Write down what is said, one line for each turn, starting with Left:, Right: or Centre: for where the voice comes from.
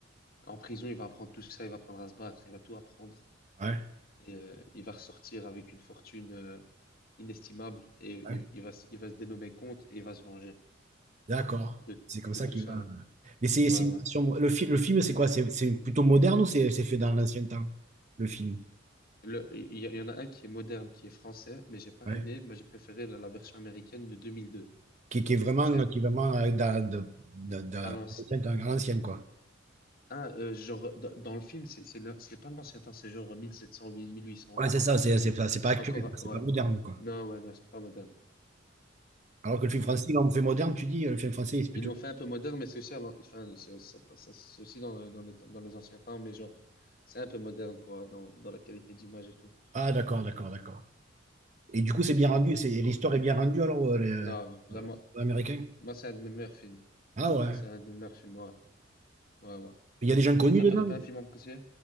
Left: en prison, il va apprendre tout ça, il va apprendre à se battre, il va tout apprendre,
Right: ouais,
Left: et euh, il va ressortir avec une fortune euh, inestimable, et
Right: ouais.
Left: il, il va, se- il va se dénommer comte, et il va se venger
Right: D'accord.
Left: de,
Right: C'est comme
Left: de
Right: ça
Left: tout
Right: qu'il
Left: cela.
Right: va. Mais c'est
Left: Ouais,
Right: c'est une
Left: ouais.
Right: version- Le, fi- le film, c'est quoi? C'est c'est plutôt moderne ou c'est c'est fait dans l'ancien temps, le film?
Left: Le, il y, il y en a un qui est moderne, qui est français, mais j'ai pas
Right: Ouais.
Left: aimé, moi j'ai préféré la, la version américaine de 2002.
Right: Qui, qui est vraiment,
Left: C'est
Right: qui est vraiment euh, dans, de, de- de-
Left: à l'ancienne.
Right: l'ancien temps, à l'ancienne, quoi.
Left: Ah, euh, genre, dans, dans le film, c'est c'est le- c'est pas l'ancien temps, c'est genre mille mille sept cents mille huit cents encore.
Right: Ouais, c'est ça, c'est c'est pas, c'est pas actuel,
Left: Encore,
Right: c'est
Left: ouais.
Right: pas moderne, quoi.
Left: Non, ouais, non, c'est pas moderne.
Right: Alors que le film français, là, on fait moderne, tu dis, le film français, c'est plutôt.
Left: Ils l'ont fait un peu moderne, mais c'est aussi, à l'an- enfin, c'est ça- ça- c'est aussi dans, le- dans, les, temps- dans les anciens temps, mais genre, c'est un peu moderne, quoi, dans, dans la qualité d'image et tout.
Right: Ah, d'accord, d'accord, d'accord. Et du coup, c'est bien rendu, c'est, l'histoire est bien rendue alors, euh, les, euh,
Left: Non, vraiment,
Right: les Américains.
Left: moi, c'est un de mes meilleurs films.
Right: Ah ouais.
Left: C'est un de mes meilleurs films, ouais. Ouais, ouais.
Right: Il y a des gens connus
Left: Et toi,
Right: dedans.
Left: t'aurais pas un film à me conseiller?